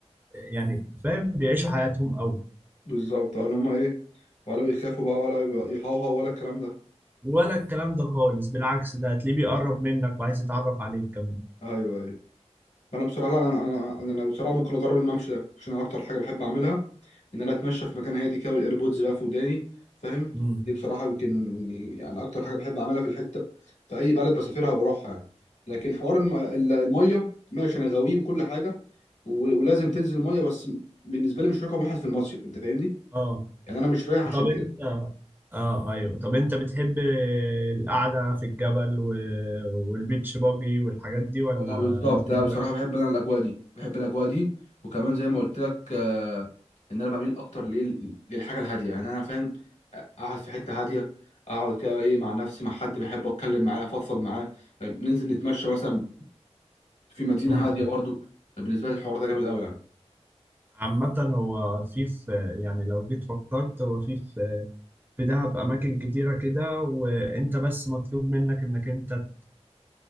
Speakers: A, on the right; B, on the left.
A: يعني فاهم بيعيشوا حياتهم قوي
B: بالظبط ولا هما ايه ولا بيخافوا بقى ولا يبقى- يهوهوا ولا الكلام ده
A: ولا الكلام ده خالص بالعكس ده هتلاقيه بيقرب منك وعايز يتعرف عليك كمان
B: ايوه ايوه فانا بصراحه لا، انا انا انا أنا بصراحه ممكن اجرب الممشى ده عشان أنا اكتر حاجه بحب اعملها ان انا اتمشى في مكان هادي كده والايربودز بقى في وداني فاهم
A: امم
B: دي بصراحه يمكن يعني اكتر حاجه بحب اعملها في الحته في اي بلد بسافرها بروحها يعني لكن حوار الم- ال- الميه ماشي انا غاويه وكل حاجه و- ولازم تنزل الميه بس بالنسبه لي مش رقم واحد في المصيف انت فاهمني
A: اه
B: يعني انا مش رايح عشان
A: طب
B: كده
A: انت اه ايوه طب انت بتحب القعده في الجبل و... والبيتش باجي والحاجات دي ولا
B: اه بالظبط
A: مش دماغك
B: لا بصراحه بحب انا الاجواء دي بحب الاجواء دي وكمان زي ما قلت لك آه، ان انا بميل اكتر لل- للحاجه الهاديه يعني انا فاهم اقعد في حته هاديه اقعد كده ايه مع نفسي مع حد بحبه اتكلم معاه افضفض معاه آه، ننزل نتمشى مثلا في مدينه
A: امم.
B: هاديه برضو بالنسبه لي الحوار ده جامد قوي يعني
A: عامة هو في في يعني لو جيت فكرت هو في في في دهب أماكن كتيرة كده وأنت بس مطلوب منك إنك أنت